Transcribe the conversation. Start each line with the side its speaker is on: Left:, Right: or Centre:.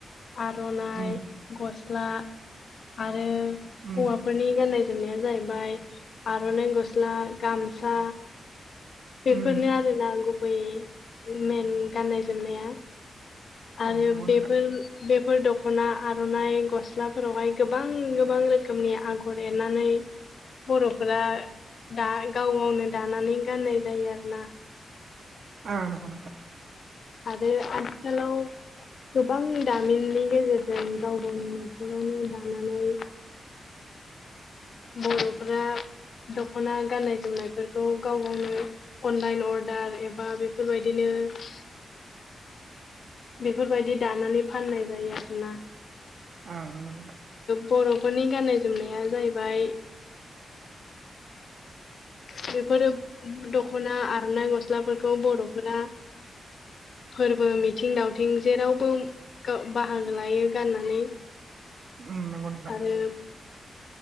Left: आर'नाइ
Right: उम
Left: गस्ला आरो
Right: उम
Left: हौवाफोरनि गाननाय जोमनाया जायैबाय आर'नाइ गस्ला, गामसा बेफोरनो
Right: उम
Left: आरो ना गुबै मेन गाननाय जोमनाया। आरो
Right: ओं नंगौ
Left: बेफोर
Right: नोंथां
Left: बे फोर द'खना आर'नाइ गस्लाफोरावहाय गोबां गोबां रोखोमनि आगर एरनानै बर'फोरा दा गाव गावनो दानानै गाननाय जायो आरो ना।
Right: ओ नोंगौ नोंथां।
Left: आरो आथिखालाव गोबां दामिननि गेजेरजों गाव गावनि न'खरावनो दानानै बर'फोरा द'खना गाननाय जोमनायफोरखौ गाव गावनो अनलाइन अर्डार एबा बेफोर बायदिनो नो बेफोरबायदि दानानै फाननाय जायो आरो ना।
Right: औ नोंगौ नोंथां।
Left: बर'फोरनि गाननाय जोमनाया जायैबाय बेफोरो द'खना आर'नाइ गस्लाफोरखौ बर'फोरा फोरबो मिथिं दावथिं जेरावबो गा बाहागो लायो गाननानै।
Right: ओम नंगौ नोंथां।
Left: आरो